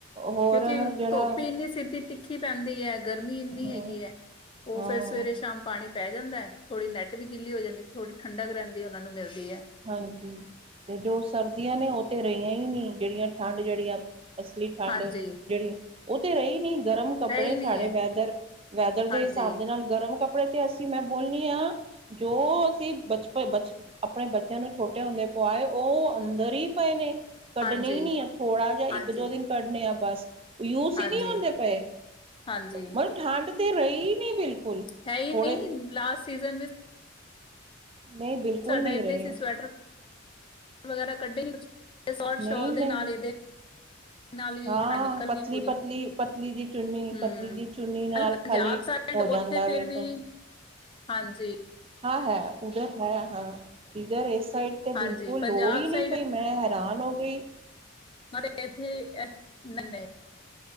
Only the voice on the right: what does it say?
ਹੋਰ
ਜਿਹੜਾ
ਹਾਂ
ਹਾਂ
ਹਾਂਜੀ, ਤੇ ਜੋ ਸਰਦੀਆਂ ਨੇ ਉਹ ਤੇ ਰਹੀਆਂ ਹੀ ਨਹੀਂੀ, ਜਿਹੜੀਆਂ ਠੰਡ ਜਿਹੜੀ ਆ, ਅਸਲੀ ਠੰਡ
ਜਿਹੜੀ, ਉਹ ਤੇ ਰਹੀ ਨਹੀਂੀ। ਗਰਮ ਕੱਪੜੇ
ਸਾਡੇ
ਵੈਦਰ, ਵੈਦਰ ਦੇ
ਹਿਸਾਬ ਦੇ ਨਾਲ ਗਰਮ ਕੱਪੜੇ ਤੇ ਮੈਂ ਬੋਲਣੀ ਹਾਂ, ਜੋ ਅਸੀਂ ਬਚਪਨ ਬਚ ਆਪਣੇ ਬੱਚਿਆਂ ਨੂੰ ਛੋਟੇ ਹੁੰਦੇ ਪਆਏ, ਉਹ ਅੰਦਰ ਹੀ ਪਏ ਨੇ ਕੱਢਣੇ
ਹੀ ਨਹੀਂ, ਆ ਥੋੜਾ ਜਿ
ਇੱਕ ਦੋ ਦਿਨ ਕੱਢਣੇੇ ਆ ਬਸ ਯੂਸ
ਹੀ ਨਹੀਂ ਆੁੰਦੇ ਪਏ,
ਮਤਲ ਠੰਡ ਤਾਂ ਰਹੀ ਨਹੀਂ ਬਿਲਕੁਲ
ਥੋੜੇ
ਨਹੀਂ, ਬਿਲਕੁਲ
ਨਹੀਂ
ਰਹੇ
ਨਹੀਂ
ਨਹੀਂ
ਹਾਂ
ਪਤਲੀ
ਪਤਲੀ ਪਤਲੀ ਜੀ ਚੁੰਨੀ
ਪਤਲੀ ਜੀ ਚੁੰਨੀ ਨਾਲ
ਖਾਲੀ
ਹੋ
ਜਾਂਦਾ
ਵੇ
ਕੋਲ।
ਹਾਂ ਹੈ, ਉਧਰ ਹੈ ਹਾਂ, ਇਧਰ ਇਸ ਸਾਈਡ ਤੇ
ਬਿਲਕੁਲ
ਲੋੜ ਹੀ ਨਹੀਂੀ
ਪਈ, ਮੈਂ ਹੈਰਾਨ ਹੋ ਗਈ